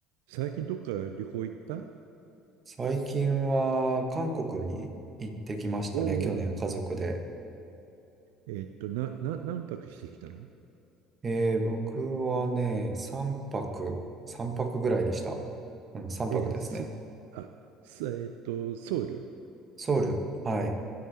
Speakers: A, on the right (about 80°); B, on the right (about 30°).
A: 最近どっか旅行行った
B: 最近は韓国に行ってきましたね、
A: おおー。
B: 去年家族で。
A: えっと、な、な、何泊してきたの
B: えー、僕はね、3泊、3泊ぐらいでした。うん、3泊ですね。
A: えす、あ、す、えっと、ソウル。
B: ソウル。はい。